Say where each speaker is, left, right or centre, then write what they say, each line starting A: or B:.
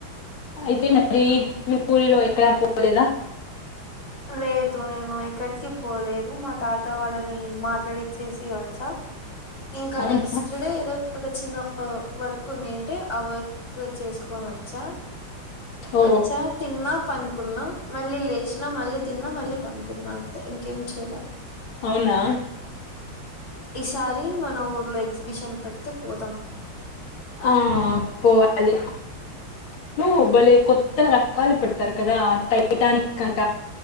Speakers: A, on the left (about 80°); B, on the left (about 50°).
A: అయితే మరి.. మీ ఊరిలో ఎక్కడ పో పోలేదా
B: లేదు నేను ఎక్కడికి పోలేదు మా తాత వాళ్ళని మాట్లాడిచ్చేసి వచ్చా ఇంకా
A: అవును
B: నెక్స్ట్ డే ఏదో ఒక చిన్న వర్క్ ఉనింటే అ వర్క్ చేసుకొని వచ్చా
A: ఓ
B: వచ్చా తిన్నా పనుకున్నా మళ్లీ లేష్ నేనా మళ్ళీ తిన్నా మళ్ళీ పనుకున్న అంతే ఇంకేం చేయలే
A: అవునా
B: ఈసారి మన ఊర్లో ఎగ్జిబిషన్ పెడితే పోదాం
A: ఆ... పోవాలి కొబ్బలి కొత్త రకాలు పెడతారు కదా టైటానిక్ అంట